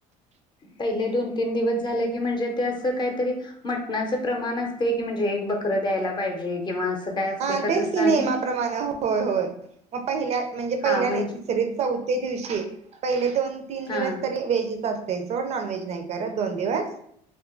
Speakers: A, on the left (about 25°); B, on the right (about 40°).
A: पहिले दोन तीन दिवस झाले. म्हणजे काहीतरी मटनाच प्रमाण असते की म्हणजे एक बककर द्यायला पाहिजे. किंवा असं काय असते
B: हा
A: का
B: तेच
A: तसं
B: की
A: आणि
B: नाहीमाप्रमाणे होय होय. मग पहिल्या म्हणजे
A: हा
B: पहिला
A: म्हणजे
B: नाही तिसरीच चौथे दिवशी पहिले दोन तीन दिवस
A: हा
B: तरी वेजच असत. ते सोड नॉनव्हेज नाही करत दोन दिवस.